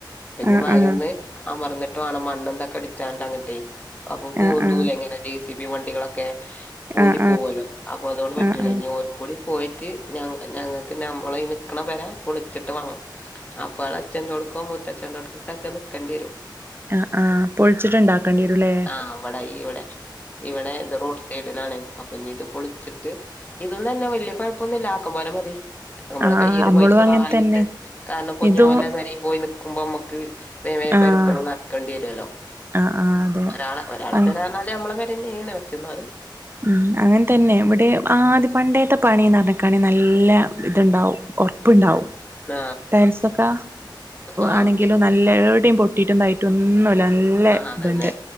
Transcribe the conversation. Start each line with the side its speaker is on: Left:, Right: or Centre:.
Left: അപ്പൊ ഇനി
Right: ആഹ്
Left: മയൊന്ന്
Right: ആഹ്
Left: അമർന്നിട്ട വേണം മണ്ണ എന്തൊക്കെ അടിച്ചാണ്ട് അങ്ങട്ടെ അപ്പൊ പൂന്തൂല
Right: ആഹ് ആഹ്
Left: എങ്ങനെ ജെ സി ബി വണ്ടികളൊക്കെ പൂന്തി
Right: ആഹ് ആഹ്
Left: പോവല്ലോ അപ്പൊ അതുകൊണ്ട് പറ്റൂല
Right: ആഹ് ആഹ്
Left: ഇനി ഓരും കൂടി പോയിട്ട് ഞങ്ങൾക്ക് ഞമ്മളെ നിക്കണ പെര പൊളിച്ചിട്ട് വാങ്ങും അപ്പ ആളച്ഛന്റോട്ക്കോ മൂത്തച്ഛന്റോടുക്കോ ഒക്കെ നിക്കേണ്ടിരും
Right: ആ ആ പൊളിച്ചിട്ട്ണ്ടാക്കേണ്ടിരുല്ലേ
Left: ആ അവിടെ ഇവിടെ ഇവിടെ ഇത് റോഡ് സൈഡിനാണ് അപ്പൊ ഇ ഇത് പൊളിച്ചിട്ട് ഇതൊന്നും തന്നെ വലിയ കുഴപ്പമൊന്നും ഇല്ല ആക്കം പോലെ മതി നമ്മളെ
Right: ആഹ്
Left: കൈയ്യില്
Right: ആഹ് നമ്മളും
Left: പൈസ
Right: അങ്ങനെ
Left: ആയിട്ട്
Right: തന്നെ
Left: കാരണം പൊഞ്ഞു
Right: ഇതും
Left: പോലെ പെരിം പോയി നിക്കുമ്പോ മ്മക്ക് വേം വേം
Right: ആഹ്
Left: പെരപ്പണി ന ക്കണ്ടി വരൊല്ലോ
Right: ആഹ് ആഹ് അതെ
Left: ഒരാള ഒരാളെ
Right: അങ്
Left: പേരെർഞ്ഞാല് നമ്മളെ പെരന്നെണ് പക്ഷെ ന്നാലും
Right: ഉം അങ്ങൻ തന്നെ ഇവിടെ ആദ്യ പണ്ടേത്തെ പണിന്ന് പറഞ്ക്കാണെ നല്ല ഇത്ണ്ടാവും ഒർപ്പ്ണ്ടാവും
Left: ആ
Right: ടയിൽസൊക്കെ
Left: ആ
Right: ആണെങ്കിലും നല്ല എവ്ടിം പൊട്ടിയിട്ടും തായിട്ടൊന്നുല്ല നല്ല
Left: ആ അതന്നെ
Right: ഇതുണ്ട്